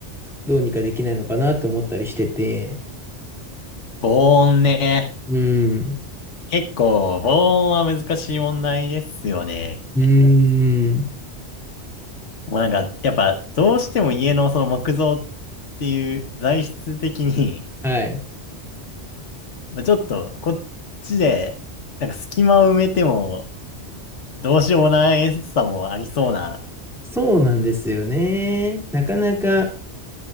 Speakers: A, in the centre; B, on the left (about 85°).
A: どうにかできないのかなって思ったりしてて。
B: 防音ね。
A: うん。
B: 結構、防音は難しい問題ですよね。
A: うーん。
B: もうなんか、やっぱ、どうしても家のその木造っていう材質的に、
A: はい。
B: <laughs> まあちょっと、こっちで、なんか隙間を埋めても、どうしようもないさもありそうな
A: そうなんですよね。なかなか、